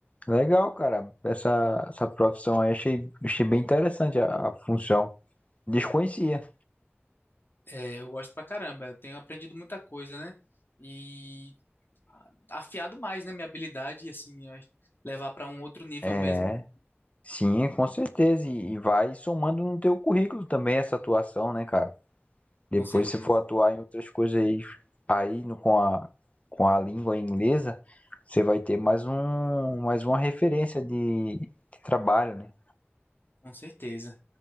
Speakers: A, on the left (about 30°); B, on the left (about 55°).
A: Legal, cara. Essa, essa profissão aí achei, achei bem interessante a, a função. Desconhecia.
B: É, eu gosto pra caramba, eu tenho aprendido muita coisa, né? E a- afiado mais, né, minha habilidade, e assim, eu acho- levar pra um outro nível
A: É,
B: mesmo,
A: sim, com certeza. E, e vai somando no teu currículo também essa atuação, né, cara? Depois,
B: com certeza,
A: se for atuar em outras coisas aí, aí no- com a, com a língua inglesa, você vai ter mais um, mais uma referência de, de trabalho, né?
B: com certeza.